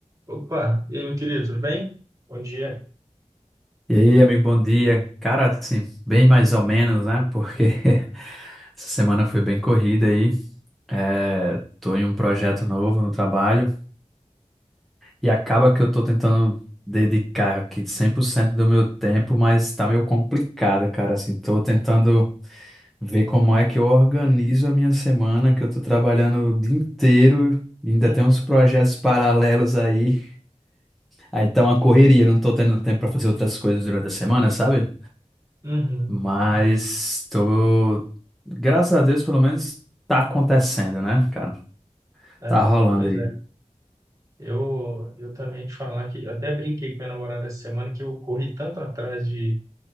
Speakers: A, on the right; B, in the centre.
A: Opa, e aí, meu querido, tudo bem? Bom dia.
B: E aí, amigo, bom dia. Cara, assim, bem mais ou menos, né? Porque <laughs> essa semana foi bem corrida aí. É, tô em um projeto novo no trabalho e acaba que eu tô tentando dedicar aqui 100% do meu tempo, mas tá meio complicado, cara. Assim, tô tentando ver como é que eu organizo a minha semana, que eu tô trabalhando o dia inteiro, e ainda
A: <laughs>
B: tem uns projetos paralelos aí. Aí tá uma correria, não tô tendo tempo pra fazer outras coisas durante a semana, sabe?
A: Uhum. Uhum.
B: Mas tô, graças a Deus, pelo menos tá acontecendo, né, cara?
A: É,
B: Tá rolando
A: pois
B: aí.
A: é, eu, eu também te falar que eu até brinquei com minha namorada essa semana que eu corri tanto atrás de